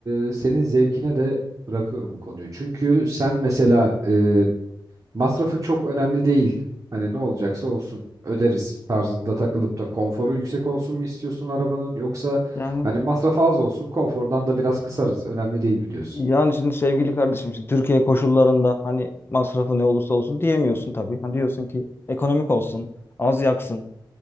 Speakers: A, on the right; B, on the left.
A: e, senin zevkine de bırakıyorum bu konuyu. Çünkü sen mesela e, masrafı çok önemli değil. Hani ne olacaksa olsun öderiz tarzında takılıp da konforu yüksek olsun mu istiyorsun arabanın yoksa
B: Yani
A: hani masrafı az olsun konfordan da biraz kısarız önemli değil mi diyorsun?
B: yani şimdi sevgili kardeşim şimdi Türkiye koşullarında hani masrafı ne olursa olsun diyemiyorsun tabii. Hani diyorsun ki ekonomik olsun, az yaksın,